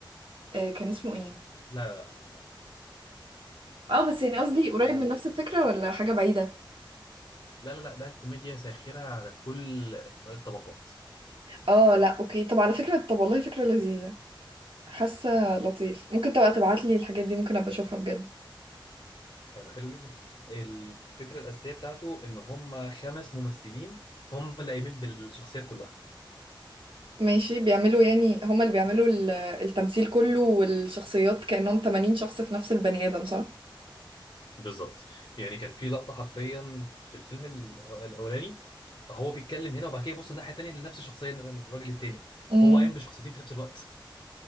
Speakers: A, on the right; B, on the left.
A: آه كان اسمه ايه
B: لا لا لا مش ده
A: اه بس يعني
B: هو
A: قصدي قريب
B: هو-
A: من نفس الفكره ولا حاجه بعيده
B: لا لا لا ده كوميديا ساخرة على كل الطبقات
A: اه لا اوكي طب على فكره طب والله فكره لذيذه حاسه لطيف ممكن تبقى تبعت لي الحاجات دي ممكن ابقى اشوفها بجد
B: هيبقى حلو جدا الفكره الاساسيه بتاعته ان هم خمس ممثلين هم اللي قايمين بالشخصيات كلها
A: ماشي بيعملوا يعني هم اللي بيعملوا ال- التمثيل كله والشخصيات كانهم 80 شخص في نفس البني ادم صح
B: بالظبط يعني كان في لقطه حرفيا في الفيلم الأو- الاولاني هو بيتكلم هنا وبعد كده يبص الناحيه التانيه لنفس الشخصيه الراجل التاني
A: امم
B: هو قايم بشخصيتين في نفس الوقت